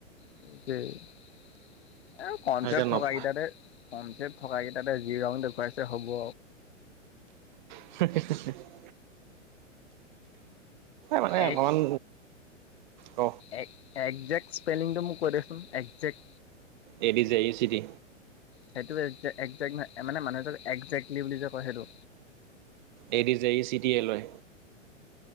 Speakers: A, on the left; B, on the right.
A: সেইটোৱে এ কনচেপ্ট
B: এতিয়া নপ
A: থকাকেইটাৰে কমচেপ থকা কেইটাতে যি ৰং দেখুৱাইছে হ'ব।
B: উম, হা, হা। মানে
A: এই
B: অকণমান ক
A: এক একজেক্ট স্পেলিংটো মোক কয় দিয়কচোন একজেক্ট।
B: এ দি যে ই চি টি।
A: সেইটো এক মানে মানুহক এক্সজেক্ট নেম বুলি যে কয় সেইটো।
B: A D J C T A Y.